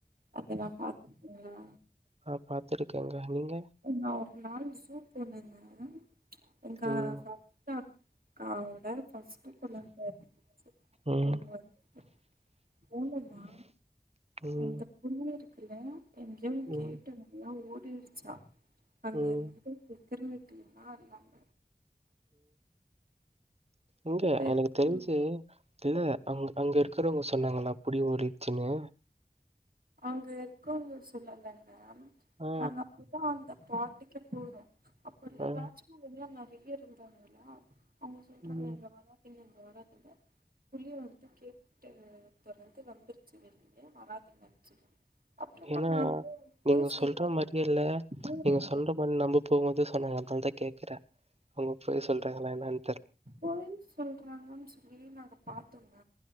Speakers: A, on the right (about 70°); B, on the right (about 40°).
A: அததா பாத்துருக்கீங்களா
B: நா பாத்துருக்கேங்க நீங்க
A: என்ன ஒரு நாள் சூப் பண்ணிருந்தேங்க ச்சு எங்க
B: ம்.
A: சப்தா அவங்கட ஃபர்ஸ்ட்டு கொழந்த இருந்துச்சு
B: ம்.
A: ஒன்ற வயசுல போங்கண்ணா
B: ம்.
A: அந்த பொண்ணு இருக்குல எங்கயோ
B: ம்.
A: கேட்டு வழியா ஓடிருச்சா அங்க
B: ம்.
A: இருந்து இப்பி திரும்பிட்டுனா இருந்தாங்க
B: இங்க
A: பெருசா
B: எனக்கு தெரிஞ்சு இல்ல அங்க அங்க இருக்கறவங்க சொன்னாங்களா அப்டி ஓடிருச்சுனு
A: அங்க இருக்கவங்க சொல்லலங்க
B: ஆ.
A: நாங்க அப்போ அப்போ அந்த பாட்டுக்கே போறோ அப்ப இல்ல
B: ஆ.
A: வாட்ச்மேன்லா நெறய இருந்தாங்களா அவங்க சொல்றங்க
B: ம்.
A: இங்க வராதீங்க இங்க வராதீங்க புலி வந்து கேட்ட தொறந்து வந்துருச்சு வெளிய வராதிங்கன் சொல்லி அப்புறமா
B: ஏன்னா
A: நாங்களு
B: நீங்க
A: பொய் சொல்றாங்க
B: சொல்ற மாரியே இல்ல
A: கேளுங்க
B: நீங்க சொல்ற மாரி நம்ப போம்போது சொன்னாங்க அதுனால தா கேக்குற அவங்க பொய் சொல்றாங்களா என்னனு
A: பொய் சொல்றாங்கன் சொல்லி நாங்க பாத்தோங்க